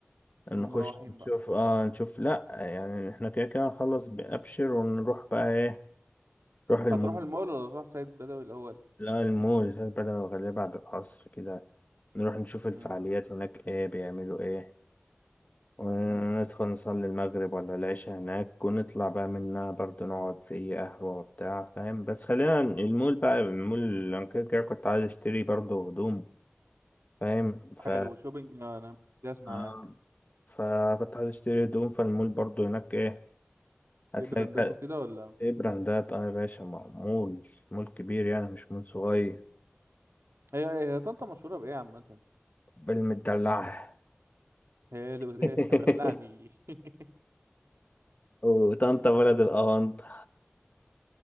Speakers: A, on the left; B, on the right.
A: نخش
B: نقوم مروحين
A: نشوف
B: بقى
A: اه نشوف لا يعني احنا كده كده نخلص بأبشر ونروح بقى ايه نروح المول
B: هتروح المول ولا تروح سيد بدوي الأول
A: لا المول بدل الغالية بعد العصر كده نروح نشوف الفعاليات
B: مم.
A: هناك ايه بيعملوا ايه وندخل
B: مم.
A: نصلي المغرب ولا العشاء هناك ونطلع بقى منها برضه نقعد في أي قهوة وبتاع فاهم بس خلينا المول بقى المول اللي أنا كده كده كنت عايز أشتري برضه هدوم فاهم ف
B: حلو شوبينج أنا جاهز معاك
A: آه، فكنت عايز أشتري هدوم فالمول برضه هناك إيه هتلاقي
B: في براندات
A: بقى
B: وكده ولا
A: إيه براندات أه يا باشا مع- مول مول كبير يعني مش مول صغير
B: هي هي هي طنطا مشهورة بإيه عامة
A: بالمدلعة
B: حلو ده
A: <laughs>
B: دلعني <laughs>
A: وطنطا
B: دل...
A: بلد الأونطة